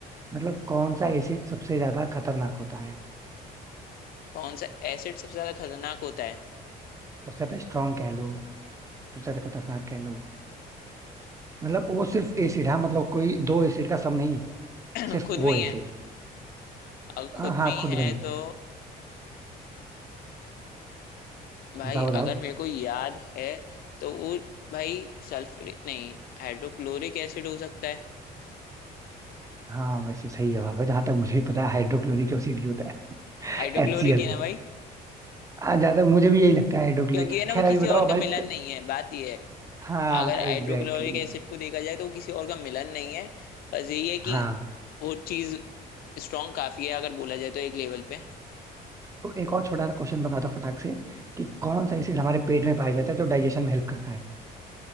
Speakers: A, on the right; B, on the left.
A: मतलब कौन सा एसिड सबसे ज्यादा खतरनाक होता है
B: कौन सा एसिड सबसे ज्यादा खतरनाक होता है
A: सबसे ज्यादा स्ट्रांग कह लो सबसे ज्यादा खतरनाक कह लो मतलब वो सिर्फ एसिड है मतलब कोई दो एसिड का सम नहीं
B: <clears throat>
A: सिर्फ
B: खुद में
A: वो
B: ही
A: एसिड
B: है अब खुद
A: हाँ हाँ
B: में ही
A: खुद
B: है
A: में ही
B: तो भाई
A: बताओ बताओ
B: अगर मेरे को याद है तो वो भाई सल्फर नहीं हाइड्रोक्लोरिक एसिड हो सकता है
A: हाँ वैसे सही जवाब है जहां तक मुझे पता है हाइड्रोक्लोरिक एसिड ही होता है
B: हाइड्रोक्लोरिक
A: <laughs> HCl
B: है ना भाई
A: हाँ ज्यादा मुझे भी यही लगता है हाइड्रोक्लोरिक
B: क्योंकि है ना
A: खैर
B: वो किसी
A: अभी बताओ
B: और का
A: हमारे
B: मिलन नहीं है बात ये है
A: हाँ
B: अगर
A: एग्जैक्टली
B: हाइड्रोक्लोरिक
A: exactly,
B: एसिड को देखा जाए तो वो किसी और का मिलन नहीं है बस यही है कि
A: हाँ
B: वो चीज स्ट्रांग काफी है अगर बोला जाए तो एक लेवल पे
A: तो एक और छोटा सा क्वेश्चन बता दो फटाक से कि कौन सा एसिड हमारे पेट में पाया जाता है जो डाइजेशन में हेल्प करता है